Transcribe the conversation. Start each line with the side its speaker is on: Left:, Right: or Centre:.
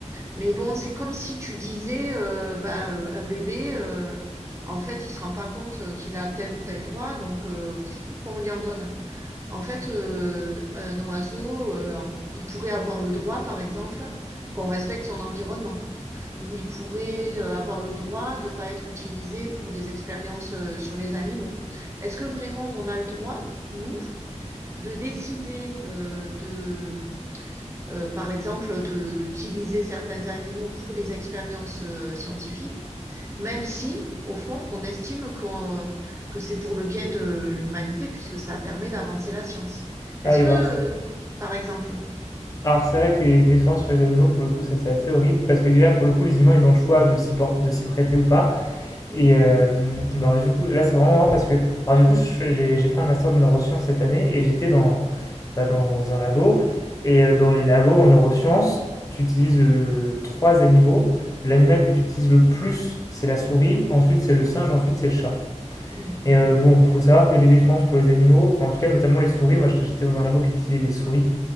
Right: mais bon, c'est comme si tu disais, euh, bah, euh, un bébé, euh, en fait, il se rend pas compte euh, qu'il a tel ou tel droit, donc euh, pff, pourquoi on lui en donne? En fait, euh, un oiseau, euh, en- il pourrait avoir le droit, par exemple, qu'on respecte son environnement, ou il pourrait euh, avoir le droit de pas être utilisé pour des expériences euh, sur les animaux. Est-ce que vraiment on a le droit, nous? de décider euh, de, euh, par exemple, de- d'utiliser certains animaux pour les expériences euh, scientifiques, même si, au fond, on estime qu'on, euh, que c'est pour le bien de l'humanité, puisque ça permet d'avancer la science. Est-ce
Left: Ah oui,
Right: que,
Left: bah, alors, c'est
Right: euh, par exemple,
Left: alors, c'est vrai que les expériences sur les animaux, pour le coup, ça, c'est assez horrible parce que déjà, pour le coup, les humains, ils ont le choix de s'y por- de s'y prêter ou pas.
Right: Mm,
Left: Et euh, bah, du coup, là, c'est vraiment marrant parce que, alors, du coup, je- j'ai j'ai fait un master de neurosciences cette année et j'étais dans, bah, dans un labo. Et euh, dans les labos en neurosciences, tu utilises euh, trois animaux. L'animal que tu utilises le plus, c'est la souris, ensuite c'est le singe, ensuite c'est le chat.
Right: mm,
Left: Et euh, bon, faut savoir que les expériences pour les animaux, enfin en tout cas notamment les souris, moi j'étais j'étais dans un labo qui utilisait des souris,